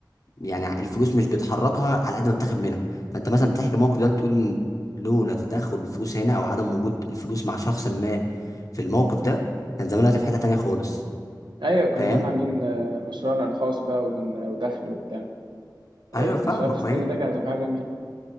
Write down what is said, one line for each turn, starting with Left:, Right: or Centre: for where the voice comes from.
Left: يعني الفلوس مش بتحركها على قد ما بتاخد منها فانت مثلا بتحكي موقف ده بتقول إن لولا تدخل الفلوس هنا او عدم وجود الفلوس مع شخص ما في الموقف ده كان زمان دلوقتي في حته تانيه خالص
Right: ايوه كنا
Left: فاهم
Right: زمان عاملين آه، مشروعنا الخاص بقى وبن- ودخل وبتاع
Left: ايوه
Right: اللي
Left: فاهمك
Right: شاف السن
Left: ما هي
Right: ده كانت هتبقى حاجه جميله